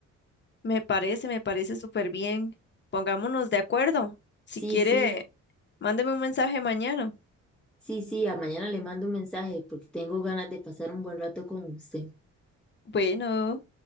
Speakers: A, on the left; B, in the centre.
A: Me parece, me parece súper bien. Pongámonos de acuerdo. Si
B: Sí,
A: quiere,
B: sí,
A: mándeme un mensaje mañana.
B: sí, sí, a mañana le mando un mensaje porque tengo ganas de pasar un buen rato con usted.
A: Bueno.